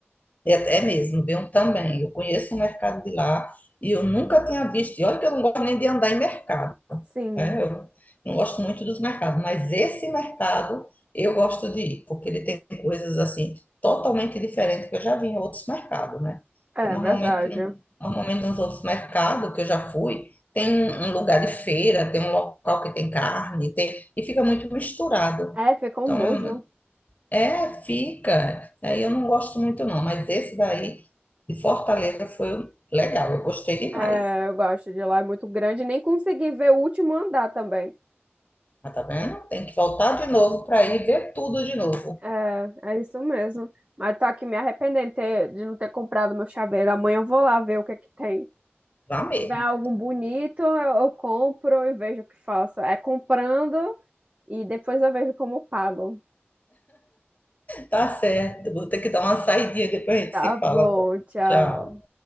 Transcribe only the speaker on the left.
e até é mesmo, viu? Também. Eu conheço o mercado de lá e eu nunca tinha visto. E olha que eu não gosto nem de andar em mercado.
É, eu não gosto muito dos mercados, mas esse mercado eu gosto de ir, porque ele tem coisas assim totalmente diferentes que eu já vi em outros mercados, né? Porque
normalmente,
normalmente nos outros mercados que eu já fui, tem um um lugar de feira, tem um local que tem carne, tem, e fica muito misturado.
Então,
eu- é, fica. Aí eu não gosto muito não, mas esse daí de Fortaleza foi legal, eu gostei demais.
Mas tá vendo? Tem que voltar de novo para ir ver tudo de novo.
Vá mesmo.
Tá certo. Vou ter que dar uma saidinha, depois a gente
se
fala, então.
Tchau.